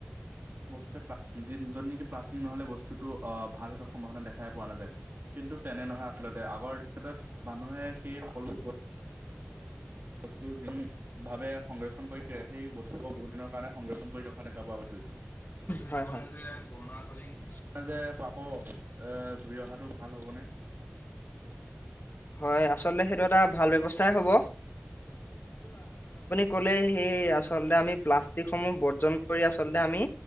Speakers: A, on the right (about 55°); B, on the left (about 50°).
A: বস্তু এটা প্লাষ্ট, যি য'ত নেকি প্লাষ্টিক নহ'লে বস্তুটো অ' ভাল হৈ থকা সম্ভাৱনা দেখাই পোৱা নাযায়। কিন্তু তেনে নহয় আচলতে আগৰ দিনৰ মানুহে সেই সকলোবোৰ বস্তু উম্ ভাৱে সংৰক্ষণ কৰি, সেই বস্তুবোৰ বহু দিনৰ কাৰণে সংৰক্ষণ কৰি ৰখা দেখা পোৱা গৈছিল।
B: হয়, হয়। <unintelligible>
A: এয়া যে আকৌ এ ঘূৰি অহাটো ভাল হ'বনে?
B: হয় আচলতে সেইটো এটা ভাল ব্যৱস্থাই হ'ব। ক'লেই? সেই আচলতে আমি প্লাষ্টিকসমূহ বৰ্জন কৰি আচলতে আমি